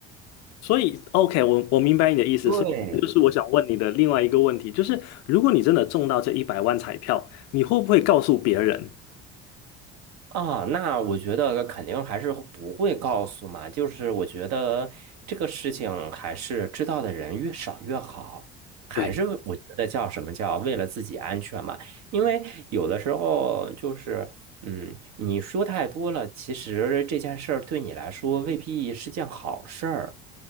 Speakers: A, on the left; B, on the right.
A: 所以，OK，我我明白你的意思。
B: 对，
A: 所以，就是我想问你的另外一个问题，就是如果你真的中到这一百万彩票，你会不会告诉别人？
B: 啊，那我觉得肯定还是不会告诉嘛，就是我觉得这个事情还是知道的人越少越好，还是我觉得叫什么叫为了自己安全嘛，
A: 对
B: 因为有的时候就是，嗯，你说太多了，其实这件事儿对你来说未必是件好事儿。